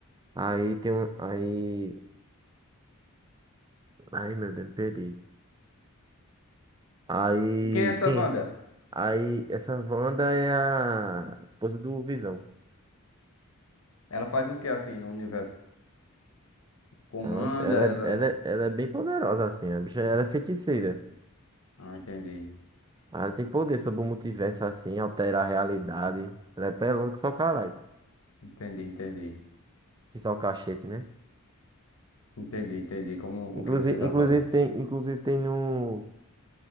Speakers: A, on the right; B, on the left.
A: Aí tem um. Aí. Ai, meu Deus, me perdi. Aí,
B: E quem é essa
A: sim.
B: Wanda?
A: Aí, essa Wanda é a esposa do Visão.
B: Ela faz o que assim no universo? Comanda
A: Ela, ela,
B: ela.
A: é- ela, é- ela é bem poderosa, assim. A bicha, ela é feiticeira.
B: Ah, entendi.
A: Ela tem poder sobre o multiverso assim, altera a realidade. Ela é pelona que só caralho.
B: Entendi, entendi.
A: Que só cachete, né?
B: Entendi, entendi como
A: Inclusive,
B: o que você tá
A: inclusive
B: falando.
A: tem, inclusive tem no,